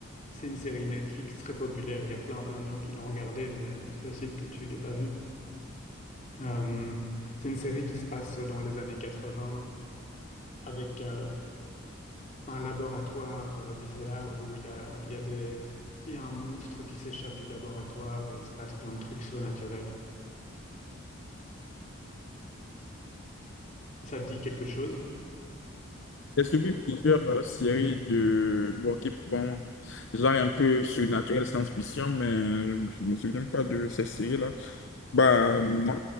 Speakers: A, on the left (about 35°); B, on the left (about 60°).
A: c'est une série Netflix très populaire. Il y a plein plein de gens qui l'ont regardée, mais euh, c'est possible que tu l'aies pas vue. Euh, c'est une série qui se passe dans les années 80 avec euh, un laboratoire euh, bizarre où il y a, il y a des, il y a un monstre qui s'échappe du laboratoire et il se passe plein de trucs surnaturels. Ça te dit quelque chose?
B: J'ai suivi plusieurs euh, séries de bon, qui, bon, genre un peu surnaturel, science-fiction, mais je ne me souviens pas de ces séries-là. Bah non,